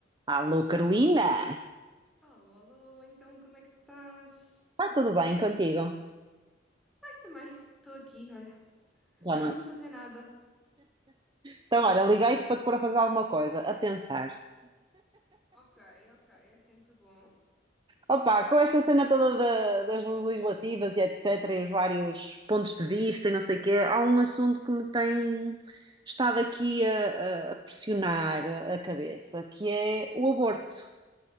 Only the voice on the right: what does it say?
Alô, Carolina!
Está tudo bem contigo?
Já
não
é?
Então, olha, liguei-te para te pôr a fazer alguma coisa, a pensar.
Opa, com esta cena toda da- das legislativas e etc, e os vários pontos de vista e não sei o quê, há um assunto que me tem estado aqui a, a- a pressionar a cabeça, que é o aborto.